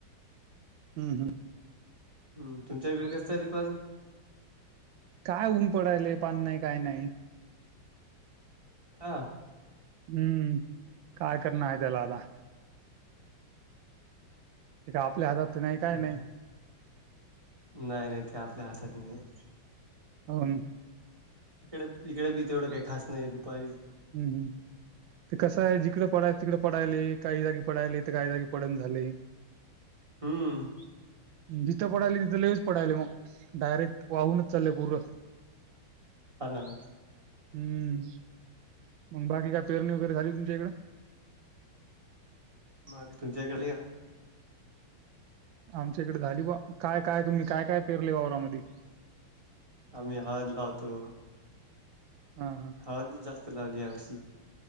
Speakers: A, on the right; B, on the right.
A: हम् हम.
B: हम् तुमच्या इकडे कस चालू आहे पाणि
A: काय ऊन पडायले पानी नाही काय नाही.
B: हा
A: हम्म काय करणार आहे त्याला आता त्या आपल्या हातात नाही
B: आहे
A: काय नाही.
B: का नाही नाही ते आपल्या हातात नाही आहे.
A: अन
B: इकडे इकडे बी तेवढं काही खास नाही दुपारी
A: हम् हम ते कसं आहे जिकडं पडाय तिकड पडलाय काही जागी पडलाय तर काही जागी पडण झालय
B: हम्म
A: जिथं पडायलय तिथं लयच पडायलय मग डायरेक्ट वाहूनच चाललेय पूर
B: हा ना
A: हम्म मग बाकी काय पेरणी वगैरे झाली तुमच्या इकड
B: मग तुमच्याकडे या <unintelligible>
A: आमच्या इकडे झाली बा काय काय तुम्ही काय काय पेरले वावरामध्ये
B: आम्ही हळद लावतो.
A: हा हा
B: हळद जास्त लावली या वर्षी